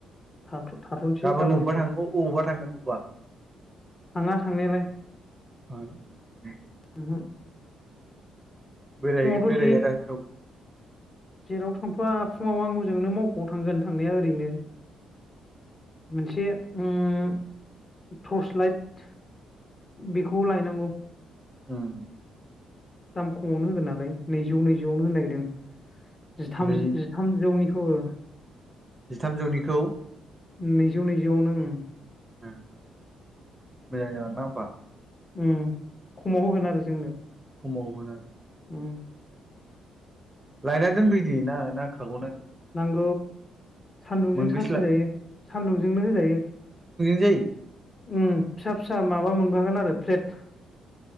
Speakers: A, on the left (about 30°); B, on the right (about 20°).
A: थाथ' थाथ'नोसै
B: गाबोन
A: गाबोननिफ्राय
B: अबेबा थां अबेबा थांगोन अबेबा
A: थाङा थांनायालाय।
B: <unintelligible>
A: उमहो
B: बेरायहैगोन
A: फुङाव दसेब
B: बेरायैया दा जेरावबो
A: जेराव थांथ'वाब फुङाव आं हजोंनो मावख'आव थांगोन थांनाया ओरैनो मोनसे उम टर्स लाइट बेखौ लायनांगौ।
B: उम
A: दाम खमावनो होगोन नालाय नैजौ नैजौआवनो होनो नागिरदों। जिथाम
B: नै
A: जि-जिथामजौनिखौ ओ।
B: जिथामजौनिखौ?
A: नैजौ नैजौआवनो ओम।
B: उम मोजां जागोन ना होनबा?
A: उम खमाव होगोन आरो जोंनो।
B: खमाव होगोन आरो?
A: उम
B: लायना दोनफैदोना नांखागौना।
A: औ सान्दुंजों
B: मोनबेसे
A: सार्स होजायो सान्दुंजोंनो होजायो।
B: दैै
A: उम फिसा फिसा माबा मोनफागोन आरो फ्लेट।